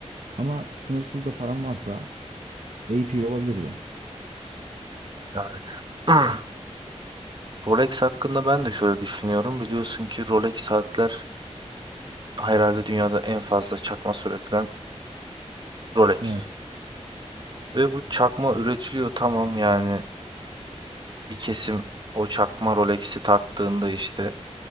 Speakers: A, on the right; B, on the right.
A: Ama sınırsız da param varsa AP olabilirdi.
B: Evet. <clears throat> Rolex hakkında ben de şöyle düşünüyorum. Biliyorsun ki Rolex saatler herhalde dünyada en fazla çakma üretilen Rolex.
A: Evet.
B: Ve bu çakma üretiliyor tamam yani bir kesim o çakma Rolex'i taktığında işte